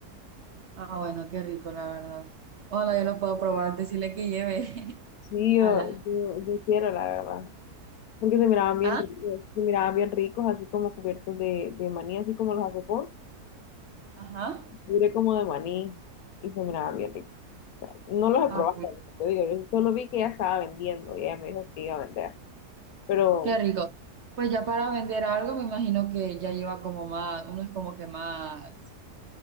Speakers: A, on the right; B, on the left.
A: Ah, bueno, qué rico, la verdad. Hola, yo lo puedo probar. Decirle que lleve.
B: Sí,
A: <laughs>
B: yo,
A: Ala.
B: yo, yo quiero, la verdad. Porque se miraban bien
A: ¿Ah?
B: ricos, se miraban bien ricos, así como cubiertos de, de maní, así como los hace vos.
A: Ajá.
B: duré como de maní y se miraban bien ricos. O sea, no los he
A: Ah,
B: probado,
A: pues,
B: te digo, yo solo vi que ella estaba vendiendo y ella me dijo que iba a vender. Pero
A: qué rico. Pues ya para vender algo, me imagino que ya lleva como más, uno es como que más.